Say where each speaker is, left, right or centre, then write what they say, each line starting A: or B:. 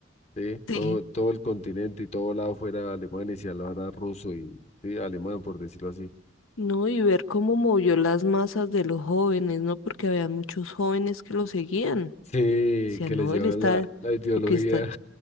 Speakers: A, on the left (about 35°); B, on the left (about 90°).
A: ¿sí?
B: Sí.
A: Todo, todo el continente y todo lado fuera Alemania y se hablara ruso y, sí, alemán, por decirlo así.
B: No, y ver cómo movió las masas de los jóvenes, ¿no? Porque había muchos jóvenes que lo seguían.
A: Sí,
B: Decían,
A: que le
B: no,
A: llevan
B: él está,
A: la, la ideología.
B: lo que está,